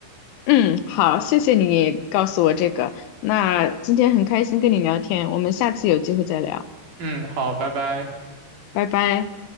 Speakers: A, on the left; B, on the right.
A: 嗯，好，谢谢你告诉我这个。那今天很开心跟你聊天，我们下次有机会再聊，
B: 嗯，好，拜拜。
A: 拜拜。